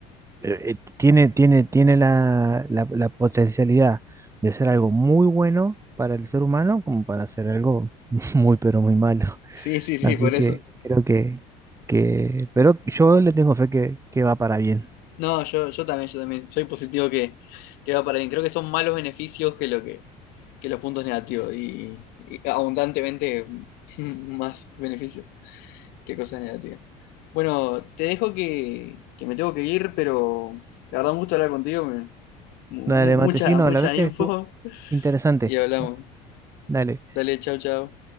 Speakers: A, on the right (about 15°); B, on the left (about 70°).
A: eh, tiene, tiene, tiene la, la- la potencialidad de ser algo muy bueno para el ser humano como para ser algo <laughs> muy, pero muy malo.
B: Sí, sí, sí,
A: Así
B: por eso.
A: que creo que, que pero yo le tengo fe que, que va para bien.
B: No, yo, yo también, yo también. Soy positivo que, que va para bien. Creo que son malos beneficios que lo que que los puntos negativos y, y abundantemente <laughs> más beneficios que cosas negativas. Bueno, te dejo que, que me tengo que ir, pero la verdad un gusto hablar contigo, me- mu-
A: Dale,
B: mu- mucha,
A: Matecino,
B: mucha
A: la verdad
B: info
A: que estuvo interesante.
B: y hablamos.
A: Dale.
B: Dale, chau, chau.